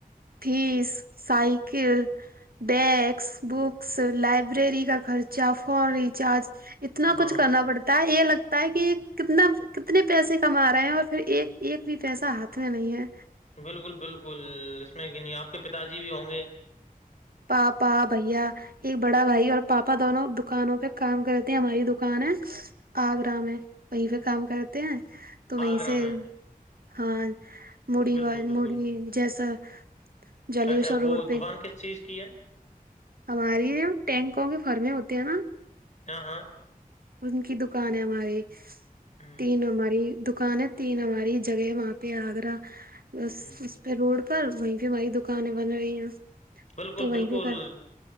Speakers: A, on the right; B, on the left.
A: تس سائیکل ڈسک بکس لائبریری کا خرچہ فون ریچارج اتنا
B: ہاں
A: کچھ کرنا پڑتا ہے یہ لگتا ہے کہ کتنا کتنے پیسے کما رہے ہیں اور پھر ایک ایک بھی پیسہ ہاتھ میں نہیں ہے
B: بالکل بالکل اس میں کہ نہیں آپ کے پتا جی بھی ہوں گے
A: پا پا بھیا ایک بڑا بھائی اور پاپا دونوں دکانوں پہ کام کرے تھے ہماری دکان ہے آگرام ہے وہیں پہ کام کرتے ہیں تو وہیں
B: آگرہ
A: سے
B: میں
A: ہاں مڑی
B: بالکل
A: وال
B: بالکل
A: مڑی جیسا جلیسا
B: اچھا
A: روڈ
B: وہ
A: پہ
B: دکان کس چیز کی ہے
A: ہماری ٹینکوں کے فرمیں ہوتی ہیں نا
B: ہاں ہاں
A: ان کی دکان ہے ہماری
B: ہ
A: تین ہماری دکان ہے تین ہماری جگہ ہے وہاں پہ آگرہ بس
B: ہ
A: اس پہ روڈ پر وہیں پہ ہماری دکانیں بن رہی ہیں
B: بالکل
A: تو وہیں
B: بالکل
A: پہ کر